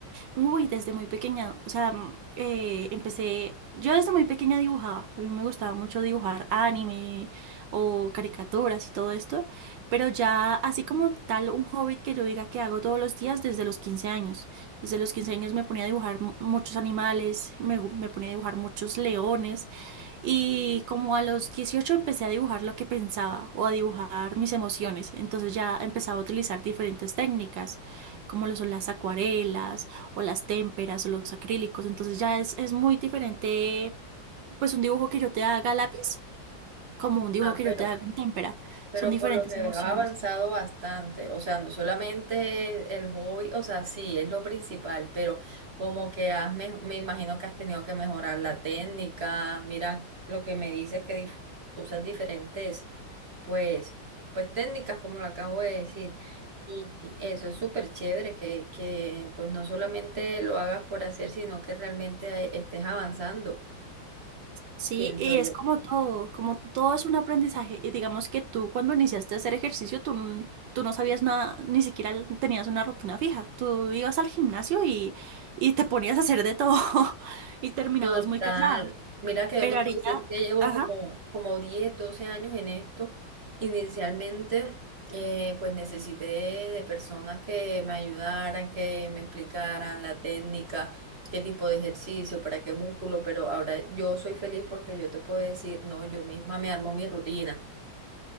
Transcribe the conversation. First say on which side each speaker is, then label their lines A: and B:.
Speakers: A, on the right (about 70°); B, on the right (about 40°).
A: Uy, desde muy pequeña, o sea, mm, eh, empecé, yo desde muy pequeña dibujaba, a mí me gustaba mucho dibujar anime o caricaturas y todo esto, pero ya así como tal un hobby que yo diga que hago todos los días desde los 15 años. Desde los 15 años me ponía a dibujar mu- muchos animales, me, gu- me ponía a dibujar muchos leones. Y como a los 18 empecé a dibujar lo que pensaba o a dibujar mis emociones. Entonces ya empezaba a utilizar diferentes técnicas, como lo son las acuarelas o las témperas o los acrílicos. Entonces ya es, es muy diferente, pues un dibujo que yo te haga a lápiz, como un dibujo
B: Ah,
A: que
B: pero
A: yo te haga en témpera.
B: Pero
A: Son diferentes
B: por lo que
A: emociones.
B: veo, has avanzado bastante. O sea, no solamente el hobby, o sea, sí, es lo principal, pero como que has, me, me imagino que has tenido que mejorar la técnica. Mira, lo que me dices que dif- usas diferentes, pues, pues técnicas, como lo acabo de decir. Y y eso es súper chévere que, que, pues, no solamente lo hagas por hacer, sino que realmente eh, estés avanzando,
A: Sí,
B: pienso
A: y
B: yo.
A: es como todo, como todo es un aprendizaje. Y digamos que tú cuando iniciaste a hacer ejercicio, tú, n- tú no sabías nada, ni siquiera tenías una rutina fija. Tú ibas al gimnasio y, y te ponías a hacer de todo <laughs> y terminabas
B: Total.
A: muy cansada.
B: Mira que
A: Pero
B: yo te puedo
A: ahorita,
B: decir que llevo
A: ajá,
B: como, como 10, 12 años en esto. Inicialmente, eh, pues necesité de personas que me ayudaran, que me explicaran la técnica, qué tipo de ejercicio, para qué músculo, pero ahora yo soy feliz porque yo te puedo decir, no, yo misma me armo mi rutina.